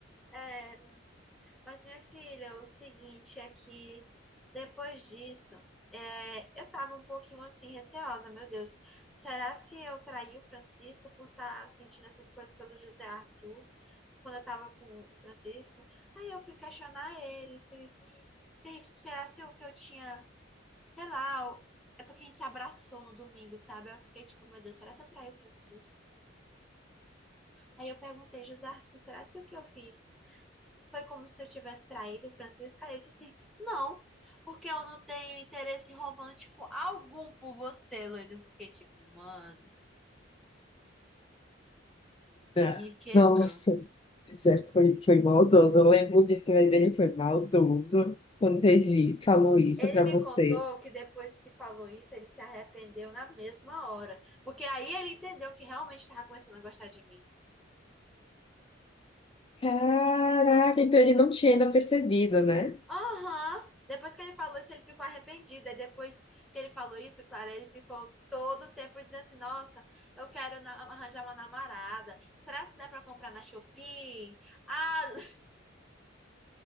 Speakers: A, in the centre; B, on the left.
A: é, Mas, minha filha, o seguinte é que depois disso, é, eu tava um pouquinho assim, receosa, meu Deus. Será se eu traí o Francisco por estar sentindo essas coisas pelo José Arthur, quando eu tava com o Francisco? Aí eu fui questionar ele, se, se- será se o que eu tinha, sei lá, o- é porque a gente se abraçou no domingo, sabe? Eu fiquei tipo, meu Deus, será se eu traí o Francisco? Aí eu perguntei, José Arthur, será se o que eu fiz? Foi como se eu tivesse traído Francisca. Ele disse assim: Não, porque eu não tenho interesse romântico algum por você, Luiz. Eu fiquei tipo, mano,
B: Não.
A: me quebrou.
B: Nossa, Zé foi, foi maldoso. Eu lembro disso, mas ele foi maldoso quando fez isso, falou isso
A: Ele
B: pra
A: me
B: você.
A: contou que depois que falou isso, ele se arrependeu na mesma hora. Porque aí ele entendeu que realmente estava começando a gostar de mim.
B: Caraca, então ele não tinha ainda percebido, né?
A: Aham. Depois que ele falou isso, ele ficou arrependido. E depois que ele falou isso, claro, ele ficou todo o tempo dizendo assim: Nossa, eu quero na- arranjar uma namorada. Será que dá para comprar na Shopee? Ah, <laughs>